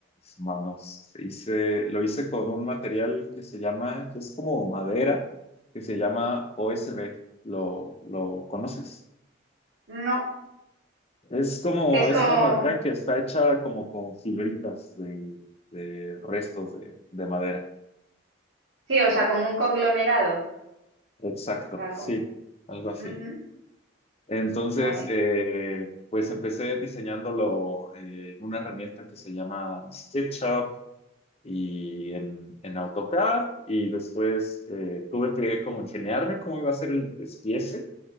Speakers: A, on the left; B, on the right.
A: manos. Hice, lo hice con un material que se llama, que es como madera, que se llama OSB. ¿Lo, lo conoces?
B: no,
A: Es como
B: que es
A: esta
B: como
A: madera que está hecha como con fibritas de, de restos de, de madera.
B: Sí, o sea, como un conglomerado. O
A: Exacto,
B: sea,
A: sí,
B: como.
A: algo así.
B: Ujú,
A: Entonces,
B: Vale.
A: eh, pues empecé diseñándolo eh, en una herramienta que se llama SketchUp y en, en AutoCAD y después eh, tuve que como ingeniarme cómo iba a ser el despiece